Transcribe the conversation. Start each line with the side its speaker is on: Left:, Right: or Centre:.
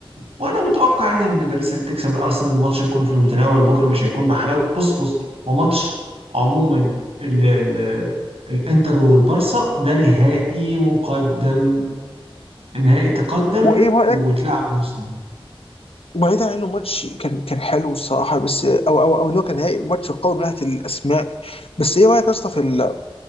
Right: وأنا متوقع إن إن باريس هتكسب الأرسنال الماتش هيكون في المتناول بكرة مش هيكون بحلاوة بص بص هو ماتش عموما ال... ال... الإنتر والبارسا ده نهائي مقدم النهائي تقدم
Left: وايه رايك
Right: وتلعب نص نهائي.
Left: بعيدا عن انه ماتش كان كان حلو الصراحه بس او او او انه كان نهائي ماتش قوي من ناحيه الاسماء بس ايه رايك يا اسطى في ال-